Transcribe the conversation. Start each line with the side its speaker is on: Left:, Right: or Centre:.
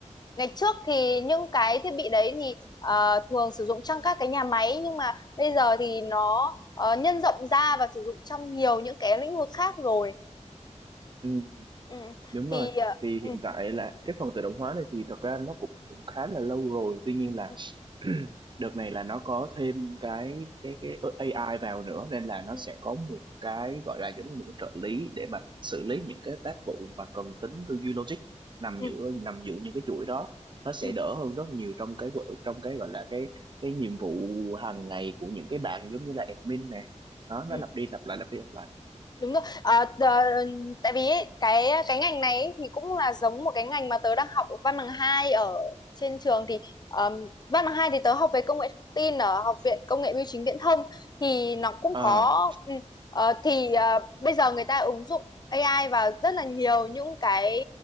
Left: ngày trước thì những cái thiết bị đấy thì ờ, thường sử dụng trong các cái nhà máy nhưng mà bây giờ thì nó ờ, nhân rộng ra và sử dụng trong nhiều những cái lĩnh vực khác rồi.
Right: ừ,
Left: Ừ,
Right: đúng
Left: thì
Right: rồi.
Left: ờ,
Right: Thì
Left: ừ,
Right: hiện tại là cái phần tự động hóa này thì thật ra nó cũng, cũng khá là lâu rồi. Tuy nhiên là
Left: ừ,
Right: <clears throat> đợt này là nó có thêm cái cái cái AI vào nữa nên là nó
Left: ừ,
Right: sẽ có một cái gọi là giống như một cái trợ lý để mà xử lý những cái tác vụ mà cần tính tư duy logic nằm
Left: ừ,
Right: giữa nằm giữa những cái chuỗi đó nó sẽ
Left: ừ.
Right: đỡ hơn rất nhiều trong cái vở- trong cái gọi là cái cái nhiệm vụ hàng ngày của những cái bạn giống như là admin nè đó
Left: ừ.
Right: nó lặp đi lặp lại lặp đi lặp lại
Left: đúng rồi à, tờ- tại vì ấy, cái cái ngành này ấy thì cũng là giống một cái ngành mà tớ đang học văn bằng hai ở trên trường thì ờm, văn bằng hai thì tớ học về công nghệ thông tin ở học viện công nghệ bưu chính viễn thông thì nó cũng
Right: à
Left: có ừ, ờ, thì ờ, bây giờ người ta ứng dụng AI vào rất là nhiều những cái